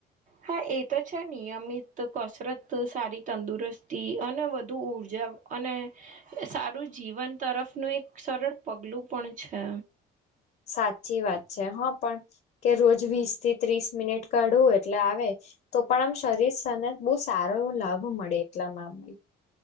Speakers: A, on the right; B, on the left.
A: હા એ તો છે નિયમિત કસરત સારી તંદુરસ્તી અને વધુ ઉર્જા. અને સારું જીવન તરફનું એક સરળ પગલું પણ છે.
B: સાચી વાત છે હા પણ કે રોજ વીસ થી ત્રીસ મિનિટ કાઢવું એટલે આવે. તો પણ આમ શરીર સ્ને બહુ સારો એવો લાભ મળે એટલામાં અમ.